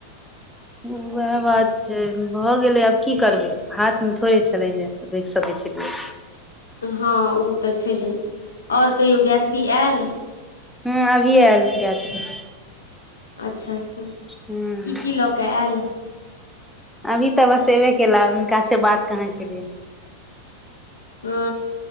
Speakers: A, in the centre; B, on the left.
A: ह वएह बात छै भऽ गेलै आब की करबै हाथमे थोड़े छलै जाय के रोकि सकै छलियै
B: हँ ओ तऽ छलै आओर कहियो गायत्री आयल
A: हँ अभी आयल गायत्री
B: अच्छा की
A: ह
B: की लऽ कऽ आयल
A: अभी तऽ बस अयबे केला हुनका से बात कहाँ केलिय
B: ह